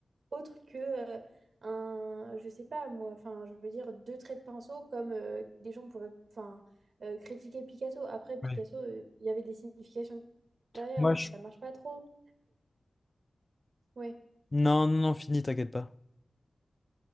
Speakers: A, on the right; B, on the left.
A: autre que euh, un, je sais pas moi, enfin, je veux dire deux traits de pinceau comme euh, des gens pourraient, enfin, euh, critiquer Picasso. Après, Picasso,
B: Ouais.
A: euh, il y avait des significations derrière,
B: Moi,
A: donc
B: je...
A: ça marche pas trop. Ouais.
B: Non, non, non, fini, t'inquiète pas.